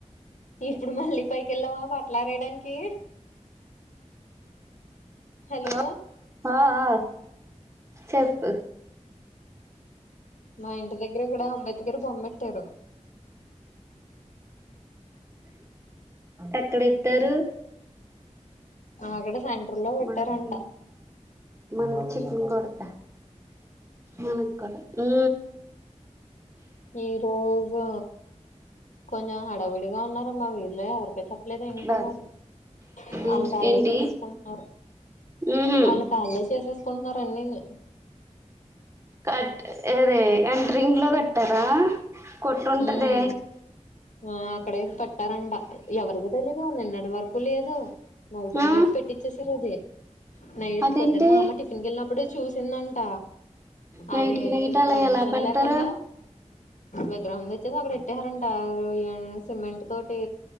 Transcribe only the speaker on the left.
ఇప్పుడు మళ్ళీ పైకి వెళ్ళావా బట్టలు ఆరేయడానికి హలో
మా ఇంటి దగ్గర కూడా అంబేద్క ద్కర్ బొమ్మెట్టారు
అక్కడ సెంటర్ లో పెట్టారంట
ఈ రోజు కొంచెం హడవిడిగా ఉన్నారమ్మా వీళ్లే ఎవరికే చెప్పలేదు ఇంకా
మరి వాళ్ళకి
వాళ్ళే
చేసేసుకుంటున్నారు
వాళ్ళకి వాళ్ళే చేసేసుకుంటున్నారు టన్నిని
ఉమ్ ఆ అక్కడే కట్టారంట ఎవరికి తెలీదు నిన్నటి వరకు లేదు నైట్ కి
నైట్ పెట్టిచ్చేసార్ అది నై
పొద్దున్న మా అమ్మ టిఫిన్ కి వెళ్ళినప్పుడే చూసిందంట
అది
పర్మిషన్
లేకుండా విగ్రహం తేచ్చేసి అక్కడ ఎట్టేరాంట ఆ రో సిమెంట్ తోటి